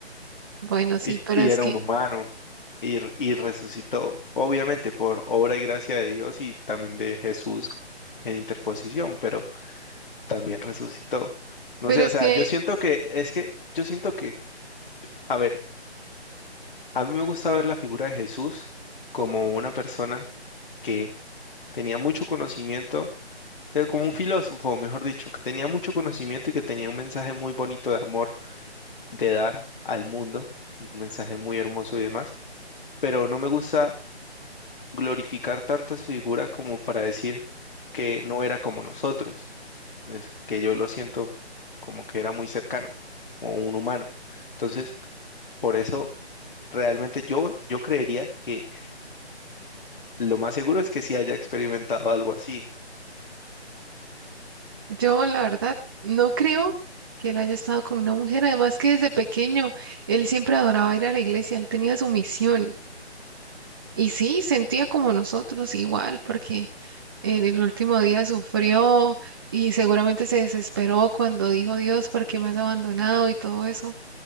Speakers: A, on the right; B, on the left.
A: bueno, sí,
B: y,
A: pero
B: y
A: es
B: era
A: que,
B: un humano y, r- y resucitó, obviamente por obra y gracia de Dios y también de Jesús en interposición, pero también resucitó. No
A: pero
B: sé,
A: es
B: o sea,
A: que
B: yo siento que es que yo siento que, a ver, a mí me gusta ver la figura de Jesús como una persona que tenía mucho conocimiento eh, como un filósofo, mejor dicho, que tenía mucho conocimiento y que tenía un mensaje muy bonito de amor, de dar al mundo, un mensaje muy hermoso y demás, pero no me gusta glorificar tanta su figura como para decir que no era como nosotros, es que yo lo siento como que era muy cercano, o un humano. Entonces, por eso realmente yo, yo creería que lo más seguro es que sí haya experimentado algo así.
A: yo la verdad no creo que él haya estado con una mujer. Además que desde pequeño él siempre adoraba ir a la iglesia. Él tenía su misión. Y sí, sentía como nosotros igual, porque en el último día sufrió y seguramente se desesperó cuando dijo Dios, ¿por qué me has abandonado? y todo eso.